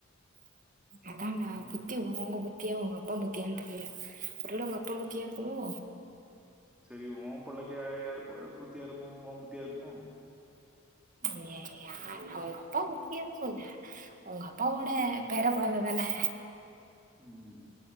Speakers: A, on the right; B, in the centre.
A: அதான்டா
B: ம்
A: புத்தி வொங்க புத் புத்தியா அவுங்க அப்பா புத்தியான்னு தெரில ஒரு வேல அவங்க அப்பா புத்தியா இருக்குமோ
B: செரி ஓ புள்ளைக்கு யார் புத்தியா இருக்கு உ புத்தியா இருக்குமோ
A: ஐய யார்னா உங்க அப் அப்பா முக்கிய சொன்னே அவுங்க அப்பாவோட பேரக் கொழந்த தானே
B: ம்